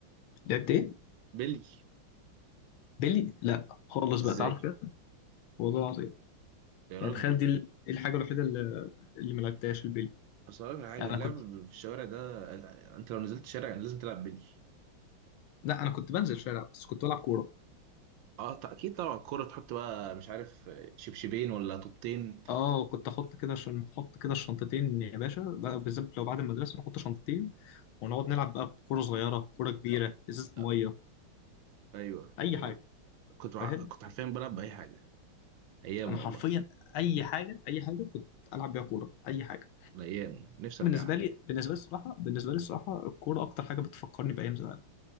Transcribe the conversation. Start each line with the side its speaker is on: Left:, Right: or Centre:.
Left: لعبت إيه؟
Right: بيلي
Left: بيلي؟ لا خالص
Right: ازاي
Left: بقى تعرف كده والله العظيم
Right: يا
Left: يعني
Right: راجل
Left: تخيل دي ال- دي الحاجة الوحيدة اللي اللي ما لعبتهاش البيلي
Right: اصل أقول لك على حاجه
Left: يعني
Right: اللعب
Left: أنا كنت
Right: في الشوارع ده انت لو نزلت الشارع لازم تلعب بيلي
Left: لا أنا كنت بنزل الشارع بس كنت بلعب كورة
Right: اه ط- اكيد طبعا الكوره تحط بقى مش عارف شبشبين ولا طوبتين
Left: اه كنت احط كده عشان نحط كده الشنطتين يا باشا بقى بالذات لو بعد المدرسه نحط شنطتين ونقعد نلعب بقى بكوره صغيره بكوره كبيره
Right: آه،
Left: ازازه
Right: آه،
Left: ميه
Right: ايوه
Left: اي حاجه
Right: كنت ع-
Left: فاهم
Right: كنت حرفيا بلعب باي حاجه ايام
Left: انا حرفيا
Right: والله
Left: اي حاجه اي حاجه كنت العب بيها كوره اي حاجه
Right: الايام نفسي
Left: بالنسبه
Right: ارجعها
Left: لي بالنسبه لي الصراحه بالنسبه لي الصراحه الكوره اكتر حاجه بتفكرني بايام زمان